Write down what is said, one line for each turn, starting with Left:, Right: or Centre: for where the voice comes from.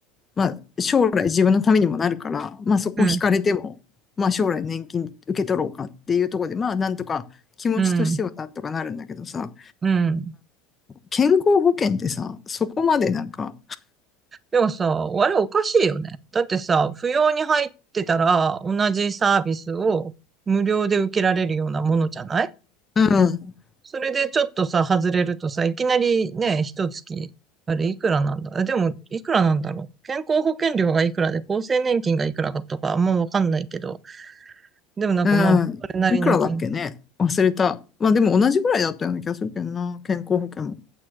Left: まあ、将来自分のためにもなるから、まあ、そこ引かれても、
Right: うん、
Left: まあ、将来年金受け取ろうかっていうところで、まあ、なんとか気持ちとしてはなんとかなるんだけどさ、
Right: うん、うん。
Left: 健康保険ってさ、そこまでなんか、
Right: でもさ、あれおかしいよね。だってさ、不要に入ってたら同じサービスを無料で受けられるようなものじゃない
Left: うん、
Right: それでちょっとさ、外れるとさ、いきなりね、一月、あれいくらなんだえでも、いくらなんだろう健康保険料がいくらで、厚生年金がいくらかとか、あんまわかんないけど。でもなんかまあ、
Left: うん、
Right: それなりの金。
Left: いくらだっけね忘れた。まあ、でも同じぐらいだったような気がするけどな、健康保険も。